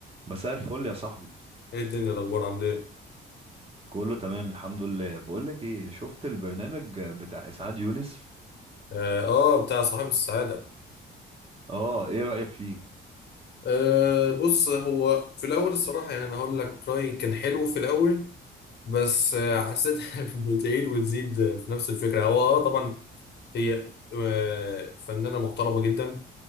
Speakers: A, on the right (about 30°); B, on the left (about 60°).
A: مساء الفل يا صاحبي
B: ايه الدنيا الاخبار عامل ايه
A: كله تمام الحمد لله بقولك ايه شفت البرنامج بتاع اسعاد يونس
B: اه آه، بتاع صاحب السعاده
A: اه ايه رأيك فيه
B: آه بص هو في الاول الصراحه يعني انا هقول لك رايي كان حلو في الاول بس آه حسيتها <laughs> بتعيد وتزيد في نفس الفكره هو اه طبعا هي آه فنانه محترمه جدا